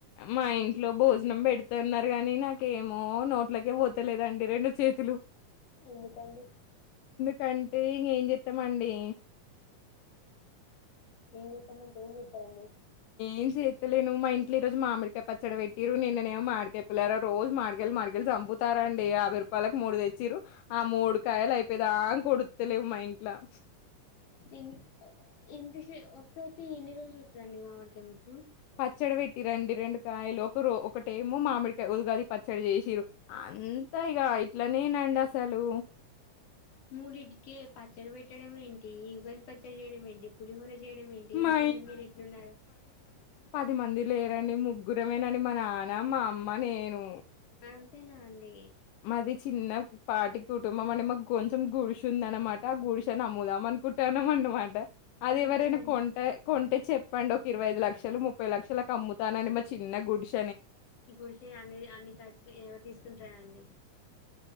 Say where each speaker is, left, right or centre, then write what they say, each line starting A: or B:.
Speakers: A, on the left; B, on the left.
A: మా ఇంట్లో భోజనం పెడుతున్నారు గాని నాకేమో నోట్లకే పోతలేదండి రెండు చేతులు
B: ఎందుకండి
A: కంటే ఇంగ ఏం చెప్తామండి
B: ఏం చేస్తామంటే ఏం చేత్తారండి
A: ఏం చేతలేను మా ఇంట్ల ఈరోజు మామిడికాయ పచ్చడి పెట్టిరు నిన్న నేమో మామిడికాయ పులిహోర రోజు మ మా డికాయలు మాడికాయలు చంపుతారండి యాభై రూపాయలకి మూడు తెచ్చిరు ఆ మూడు కాయలు అయిపోయిదాంకా ఉడుక్తలే మా ఇంట్ల
B: ఎని ఎంతసే ఒక్కటి ఎన్ని రోజులు వత్తదండి మామిడికాయ మీకు
A: పచ్చడి పెట్టిరండి రెండు కాయలు ఒకరు ఒకటేమో మామిడికాయ ఉగాది పచ్చడి చేసిరు అంతా ఇగ ఇట్లనేనండి అసలు
B: మూడింటికే పచ్చడి పెట్టడం ఏంటి యుగలి పచ్చడి చేయడం ఏంటి పులిహోర చేయడం ఏంటి
A: మా
B: ఏంటండి మీరు ఇట్లున్నారు
A: పది మంది లేరండి ముగ్గురమేనండి మా నాన్న మా అమ్మ నేను
B: అంతేనా అండి
A: మాది చిన్న పాటి కుటుంబం అండి మాకు కొంచెం గుడిసుందనమా ట గూడిసేను అమ్ముదాం అనుకుంటాన్నాం అన్నమాట అది ఎవరైనా
B: ఎందుకండి
A: కొంట కొంటే చెప్పండి ఒక ఇరవై ఐదు లక్షలు ముప్పై లక్షలకు అమ్ముతానండి మా చిన్న గుడిసే
B: గుడిసే అన్ని అన్ని కచ్చి ఎవరు తీసుకుంటారండి